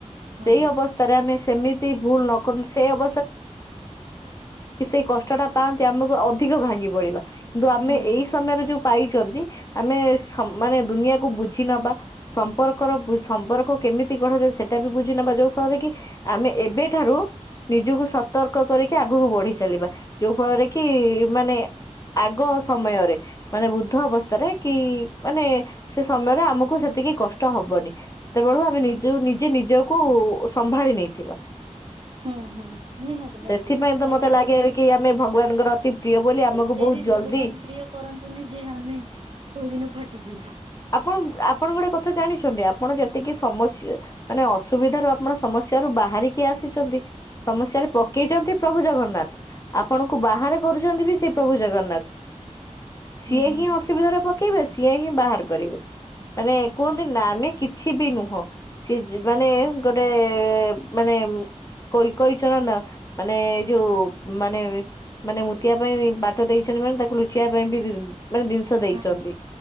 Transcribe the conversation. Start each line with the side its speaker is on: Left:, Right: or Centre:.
Right: ହୁଁ
Left: ସେଇ ଅବସ୍ଥାରେ ଆମେ ସେମିତି ଭୁଲ ନକରୁ ସେଇ ଅବ କି ସେଇ କଷ୍ଟଟା ପାଆନ୍ତି ଆମକୁ ଅଧିକ ଭାଙ୍ଗି ପଡିବା କିନ୍ତୁ ଆମେ
Right: ହୁଁ ହୁଁ
Left: ଏଇ ସମୟରେ ଯୋଉ ପାଇଚନ୍ତି ଆମେ ସ ମାନେ ଦୁନିଆକୁ ବୁଝି ନବା ସମ୍ପର୍କର ବୁ ସମ୍ପର୍କ କେମିତି ଗଢାଯାଏ ସେଟା ବି ବୁଝି ନବା ଯୋଉ ଫଳରେ କି ଆମେ ଏବେ ଠାରୁ ନିଜୁକୁ ସତର୍କ କରିକି ଆଗୁକୁ ବଢି ଚାଲିବା ଯୋଉ ଫଳରେ କି ମାନେ ଆଗ ସମୟରେ ମାନେ ବୃଦ୍ଧ ଅବସ୍ଥାରେ କି ମାନେ ସେ ସମୟରେ ଆମକୁ ସେତେ ଏତିକି କଷ୍ଟ ହବନି। ସେତେବେଳୁ ଆମେ ନିଜକୁ ନିଜେ ନିଜକୁ ସମ୍ଭାଳି ନେଇଥିବା।
Right: ହୁଁ ହୁଁ। ନିହାତି ନିହାତି
Left: ସେଥିପାଇଁ ତ
Right: ଏଟା
Left: ମତେ
Right: ବି
Left: ଲାଗେ କି ଆମେ ଭଗବାନଙ୍କର ଅତି ପ୍ରିୟ ବୋଲି ଆମକୁ
Right: ଏତେ
Left: ବହୁତ
Right: ବି
Left: ଜଲଦି
Right: ଭଗବାନ ପ୍ରିୟ କରନ୍ତୁନି ଯେ ଆମେ କୋଉ ଦିନ ଫାଟିଯିବୁ।
Left: ଆପଣଙ୍କୁ ଆପଣଙ୍କୁ ଗୋଟେ କ ତ ଜାଣିଛନ୍ତି ଆପଣ ଯେତିକି ସମସ୍ ମାନେ ଅସୁବିଧା ରୁ ଆପଣ ସମସ୍ୟାରୁୁ ବାହାରିକି ଆସିଛନ୍ତି। ସମସ୍ୟାରେ ପକେଇଚନ୍ତି ପ୍ରଭୁ ଜଗନ୍ନାଥ ଆପଣଙ୍କୁ ବାହାରେ କରୁଛନ୍ତି ବି ସେ ପ୍ରଭୁ ଜଗନ୍ନାଥ। ସିଏ
Right: ହୁଁ ହୁଁ
Left: ହିଁ ଅସୁବିଧାରେ ପକେଇବେ ସିଏ ହିଁ ବାହାର କରିବେ। ମାନେ କୁହନ୍ତି ନା ଆମେ କିଛି ବି ନୁହଁ। ସିଏ ଜି ମାନେ ଗୋଟେ ମାନେ ଉଁ କଇ କହିଛ ନା ତ ମାନେ ଏ ଯୋଉ ମାନେ ମାନେ ମୁତିଆ ପାଇଁ ବାଟ ଦେଇଛନ୍ତି ମାନେ ତାକୁ ଲୁଚିଆ ପାଇଁ ବି ମାନେ ଜି-ଜିନିଷ ଦେଇଚନ୍ତି।
Right: ହୁଁ